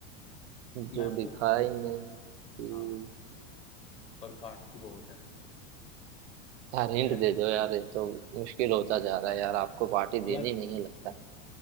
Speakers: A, on the left (about 15°); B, on the right (about 65°).
A: मैं
B: जो
A: आपको
B: दिखाई नहीं देती
A: हाँ पर काटती बहुत है
B: यार हिंट
A: अरे
B: दे दो यार ये तो मुश्किल होता जा रहा है यार आपको पार्टी
A: यार
B: देनी नहीं है लगता